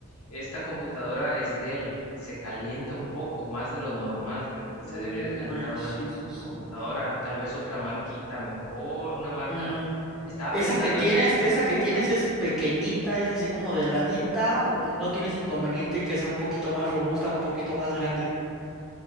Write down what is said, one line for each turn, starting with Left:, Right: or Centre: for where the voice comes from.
Left: esta computadora es Dell, se calienta un poco más de lo normal que
Centre: Híjole,
Left: se debería de calentar una
Centre: sí, sí, sí.
Left: computadora, tal vez otra marquita mejor, una marca.
Centre: Mm,
Left: Estaba
Centre: ¿Esa
Left: pensando
Centre: que tienes,
Left: en
Centre: esa que tienes es pequeñita, es así como delgadita o no tienes inconveniente en que sea un poquito más robusta, un poquito más grande?